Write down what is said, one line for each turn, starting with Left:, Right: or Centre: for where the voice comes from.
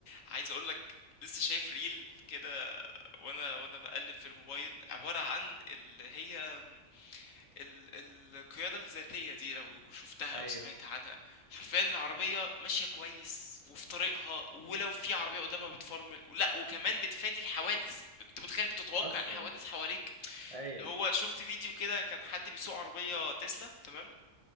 Left: عايز أقول لك لسه شايف ريل كده وأنا وأنا باقلِّب في الموبايل، عبارة عن اللي هي ال القيادة الذاتية دي لو شُفتها
Right: ايوه
Left: أو سمعت عنها، حرفيًا العربية ماشية كويس وفي طريقها ولو في عربية قدامها بتفرمل ولأ وكمان بتفادي الحوادث، أنت متخيل بتتوقع
Right: اصلا
Left: الحوادث حواليك؟
Right: ايوه
Left: اللي هو شُفت فيديو كده كان حد بيسوق عربية تسلا تمام؟